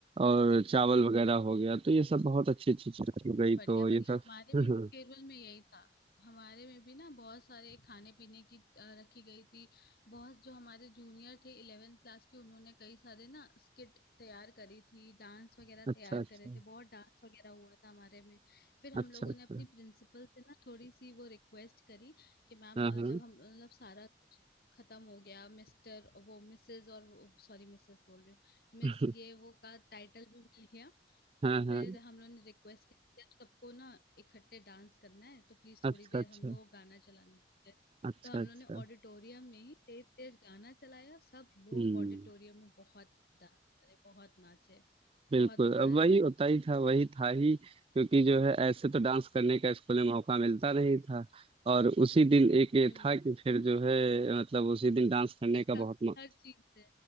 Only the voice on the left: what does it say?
हम्म
बढ़िया
बढ़िया
हमारे
में भी केरल में यही था हमारे में भी ना बहुत सारे खाने पीने की अ, रखी गई थी बहुत जो हमारे जूनियर थे इलेवेंथ क्लास के उन्होंने कई सारे ना स्किट तैयार करी थी डांस वगैरह
तैयार
करे थे बहुत डांस वगैरह हुआ था हमारे में फिर हम
लोगों
ने अपनी प्रिंसिपल से ना थोड़ी सी वो रिक्वेस्ट करी कि मैम
अ,
जब हम मतलब सारा कुछ खत्म हो गया मिस्टर वो मिसेस और सॉरी मिसेस बोल रही हूँ मिस
ये वो का टाइटल भी मिल गया
तो
फिर हम लोगों ने रिक्वेस्ट कर दिया सबको ना इकट्ठे डांस करना है तो प्लीज
थोड़ी देर
हम लोग को गाना चलाने दीजिए
तो हम
लोगों ने ऑडिटोरियम में ही तेज तेज गाना चलाया सब लोग
ऑडिटोरियम में बहुत डांस करे बहुत नाचे
बहुत मजा
आया
था
हम्म
हम्म,
ये सब
हर चीज से